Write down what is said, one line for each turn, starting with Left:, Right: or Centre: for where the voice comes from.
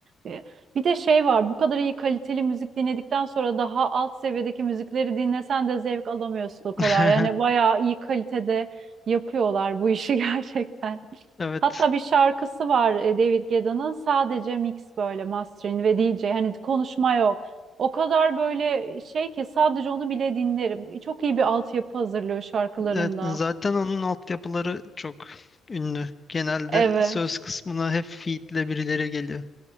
Right: Ee, Bir de şey var. Bu kadar iyi kaliteli müzik dinledikten sonra daha alt seviyedeki müzikleri dinlesen de zevk alamıyorsun o kadar.
Left: <laughs>
Right: Yani bayağı iyi kalitede yapıyorlar bu işi <laughs> gerçekten.
Left: Evet.
Right: Hatta bir şarkısı var e, David Guetta'nın sadece mix böyle mastering ve DJ. Hani konuşma yok. O kadar böyle şey ki sadece onu bile dinlerim. Çok iyi bir altyapı hazırlıyor şarkılarında.
Left: Evet, zaten onun altyapıları çok ünlü. Genelde
Right: Evet,
Left: söz kısmına hep feed'le birileri geliyor.